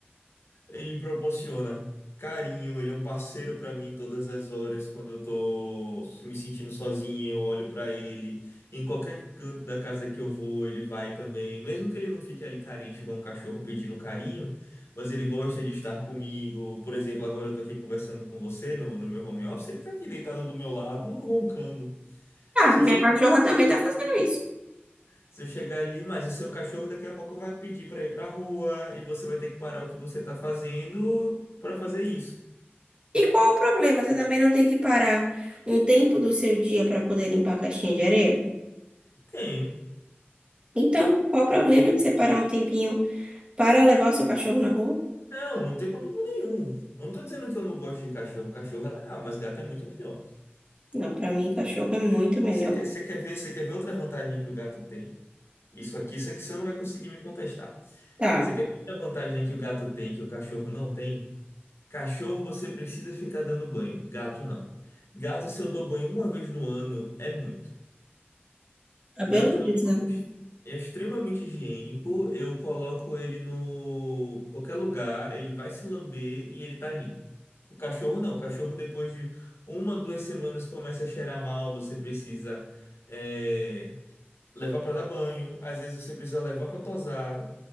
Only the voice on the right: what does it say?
Ah,
minha
cachorra também tá fazendo isso.
E qual o problema? Você também não tem que parar um tempo do seu dia para poder limpar a caixinha de areia?
Então, qual o problema de separar um tempinho para levar o seu cachorro na rua?
Não, para mim, cachorro é muito melhor.
Tá,
tá
beleza.